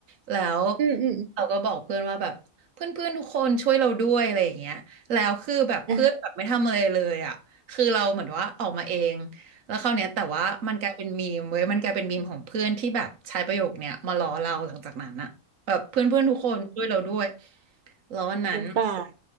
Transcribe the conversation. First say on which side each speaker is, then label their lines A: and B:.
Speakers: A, on the right (about 65°); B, on the right (about 90°).
A: แล้ว
B: อืมอืม
A: เราก็บอกเพื่อนว่าแบบเพื่อนๆทุกคนช่วยเราด้วยอะไรอย่างเงี้ยแล้วคือแบบเพื่อนแบบไม่ทำอะไรเลยอ่ะคือเราเหมือนว่าออกมาเอง
B: อ่ะ
A: แล้วคราวเนี้ยแต่ว่ามันกลายเป็นมีมเว้ยมันกลายเป็นมีมของเพื่อนที่แบบใช้ประโยคเนี้ยมาล้อเราหลังจากนั้นอะแบบเพื่อนเพื่อนทุกคนช่วยเราด้วยแล้ววันนั้น
B: <laughs> สงสาร